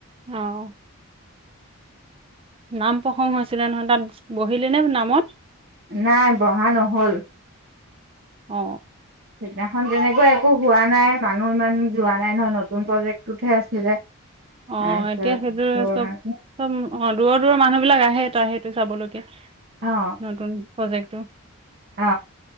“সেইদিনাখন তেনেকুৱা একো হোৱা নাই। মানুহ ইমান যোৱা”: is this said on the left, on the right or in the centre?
Right